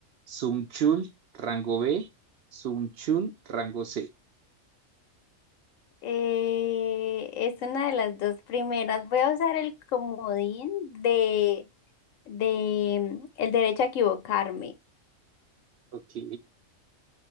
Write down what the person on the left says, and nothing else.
Eh, es una de las dos primeras. Voy a usar el comodín de, de mm, el derecho a equivocarme.